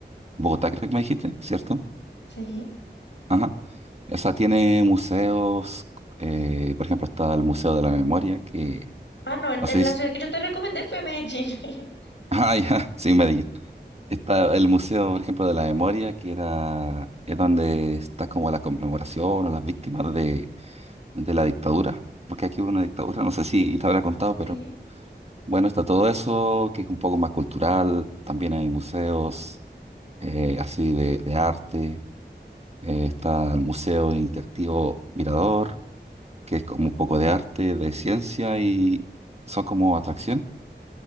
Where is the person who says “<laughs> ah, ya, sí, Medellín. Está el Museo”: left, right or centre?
Right